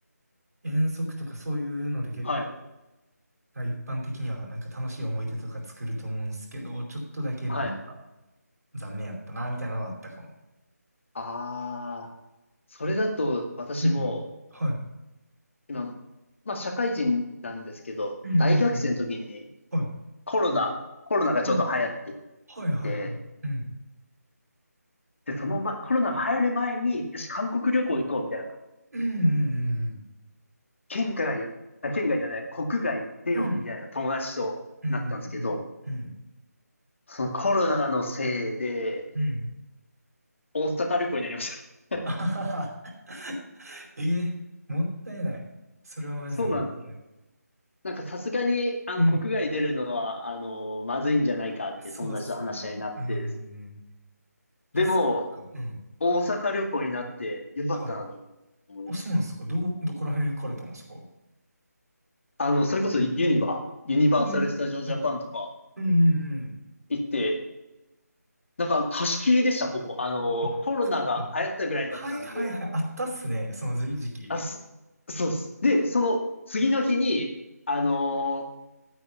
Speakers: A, on the right (about 70°); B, on the left (about 45°).
A: 遠足とかそういうので結構、
B: はい、
A: まあ一般的にはなんか楽しい思い出とか作ると思うんですけど、ちょっとだけまあなんか、
B: はい。
A: 残念やったな、みたいなのはあったかも。
B: ああ、それだと私も、
A: うん。はい。
B: 今、まあ社会人なんですけど、
A: うんうんうん
B: 大学生の時に
A: はい。
B: コロナ、コロナがちょうど流行っていっ
A: あ、はいはいはい。
B: て、
A: うん。
B: で、その前、コロナが流行る前に、よし、韓国旅行行こうみたいな
A: うん。
B: 県外、あ、県外じゃない、国外出ようみたいな友達となったんですけど、
A: うん。うん。うん。うん。
B: そのコロナのせいで、
A: うん。
B: 大阪旅行になりました。
A: あはは
B: <laughs>
A: え <laughs> えもったいない。それはマジでもったいない。
B: そうなんですよ。なんかさすがに、あの、
A: うん。
B: 国外出るのは、あの、まずいんじゃないかって友達と話し合いになって、
A: そうっすよね。うん。いや、
B: でも、
A: そっか。うん。
B: 大阪旅行になってよかったなと思います。
A: はい。あ、そうなんですか。どう、どこら辺行かれたんですか
B: あの、それこそユニバ、ユニバーサル・
A: もうめっちゃいい。
B: スタジオ・ジャパンとか
A: うんうんうん。
B: 行って、なんか貸し切りでした、ほぼ。あの、
A: あ、
B: コロナが流行ったぐらいだったんで、
A: そっか。はいはいはい。あったっすね。その時時期。
B: あ、す、そうっす。で、その次の日に、あのー